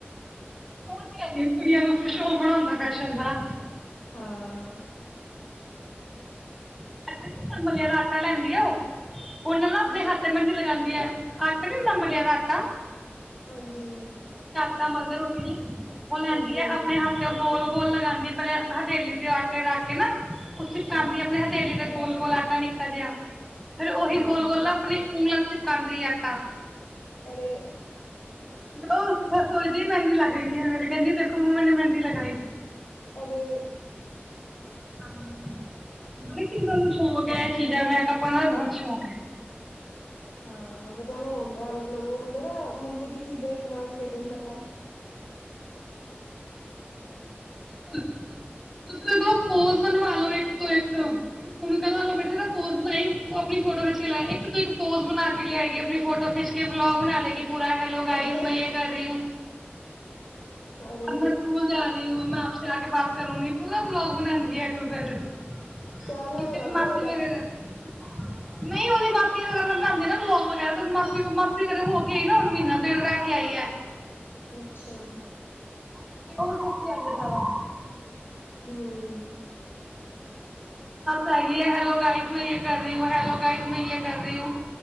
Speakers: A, in the centre; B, on the left.
A: ਉਹ ਤੇ ਹੈ ਏ ਕੁੜੀਆਂ ਨੂੰ ਸੋ਼ਕ ਬੜਾ ਹੁੰਦਾ ਫੈਸ਼ਨ ਦਾ
B: ਹਾਂ।
A: <unintelligible> ਮਲਿਆਂ ਦਾ ਆਟਾ ਲੈਂਦੀ ਆ ਉਹ। ਉਹਨਾਂ ਨੂੰ ਆਪਣੇ
B: ਕੀ
A: ਹੱਥ ਤੇ ਮਹਿੰਦੀ ਲਗਾਂਦੇ ਵੀ ਹੈ। ਆਟਾ ਨੀ ਹੁੰਦਾ ਮਲਿਆ ਦਾ ਆਟਾ
B: ਹਾਂਜੀ।
A: ਆਟੇ ਮਲਦੇ ਰੋਟੀ ਲਈ ਉਹ ਲੈਂਦੀ
B: ਹਾਂਜੀ
A: ਹੈ,
B: ਹਾਂਜੀ
A: ਆਪਣੇ ਹੱਥ ਚ ਗੋਲ ਗੋਲ ਲਗਾਂਦੀ ਹੈ, ਪਹਿਲੇ ਹਥੇਲੀ ਤੇ ਆਟੇ ਰੱਖ ਕੇ ਨਾ <unintelligible> ਆਪਣੇ
B: ਹਾਂ
A: ਹੱ ਗੋਲ- ਗੋਲ ਆਟਾ ਨਿੱਕਾ ਜਿਹਾ। ਫਿਰ ਉਹੀ
B: ਹਾਂ
A: ਗੋਲ-ਗੋਲ ਨਾ ਆਪਣੀਂ ਉਂਗਲਾਂ ਵਿੱਚ ਚਿਪਕਾਂਦੀ ਆਟਾ
B: ਅਰੇ
A: ਉਹ ਸੋਚਦੀ ਮਹਿੰਦੀ ਲੱਗ ਗਈ ਹੈ ਮੇਰੇ ਕਹਿੰਦੀ ਦੇਖੋ ਮੰਮਾ, ਮੈਨੇਂ ਮਹਿੰਦੀ ਲਗਾਈ।
B: ਅਰੇ
A: <unintelligible> ਸ਼ੌਕ ਹੈ ਚੀਜ਼ਾਂ, ਮੈਕਅਪ ਕਰਨ ਦਾ ਬਹੁਤ ਸ਼ੌਕ ਹੈ।
B: ਹਾਂ ਬੱਚਿਆਂ ਨੂੰ ਹੁੰਦਾ, ਮਤਲਬ ਉਹ ਹੁੰਦਾ ਨਾ ਮੰਮੀ ਦੀ ਚੀਜ਼ਾਂ ਨਾਲ ਖੇਡਣ ਦਾ।
A: ਬਿਲਕੁਲ-ਬਿਲਕੁਲ ਤੁਸੀਂ ਇਹਦੇ ਕੋਲੋਂ ਪੋਜ ਬਣਵਾ ਲੋ, ਇੱਕ- ਤੋਂ ਇੱਕ ਉਹਨੂੰ ਕਹਿ ਦੋ ਬੇਟਾ, ਪੋਜ ਬਣਾਈ ਆਪਣੀ ਫੋਟੋ ਖਿੱਚ ਕੇ ਲੈ, ਇੱਕ ਤੋਂ ਇੱਕ ਪੋਜ ਬਣਾ ਕੇ ਲਿਆਏਗੀ, ਆਪਣੀ ਫੋਟੋ ਖਿੱਚ ਕੇ ਵਲੋਗ ਬਣਾ ਲਏਗੀ ਪੂਰਾ ਹੈਲੋ ਗਾਈਜ਼,
B: ਅਰੇ
A: ਮੈਂ ਯੇ ਕਰ ਰਹੀ ਹੂੰ।
B: ਅਰੇ
A: ਅਬ ਮੈਂ ਸਕੂਲ ਜਾ <unintelligible> ਮੈਂ ਆਪਸੇ ਆਕੇ ਬਾਤ ਕਰੂੰਗੀ, ਪੂਰਾ ਬਲੋਗ ਬਣਾਂਦੀ ਹੈ। <unintelligible>
B: ਚੈਨਲ ਬਣਾ
A: ਮਾਸੀ
B: ਦੋ ਉਹਦਾ
A: ਵਗੈਰਾ ਨਹੀਂ ਉਹਦੀ ਮਾਸੀ ਵਗੈਰਾ ਬਣਾਂਦੀ ਨਾ ਵਲੋਗ ਵਗੈਰਾ, ਤੇ ਉਹਨੂੰ ਮਾਸੀ ਕੋਲ ਮਾ ਸੀ ਘਰੇ ਹੋ ਕੇ ਆਈ ਏ ਨਾ ਹੁਣ ਮਹੀਨਾ ਦਿਨ ਰਹਿ ਕੇ ਆਈ ਐ।
B: ਅੱਛਾ
A: <unintelligible> ਕਿੱਥੇ ਆਗੇ ਸਾਰਾ,
B: ਹੂੰ,
A: ਹੈਗੀ ਹੈ ਹੈਲੋ ਗਾਈਜ਼ ਮੈਂ ਜੇ ਕਰ ਰਹੀ ਹੂੰ, ਹੈਲੋ ਗਾਈਜ਼ ਮੈਂ ਜੇ ਕਰ ਰਹੀ ਹੂੰ,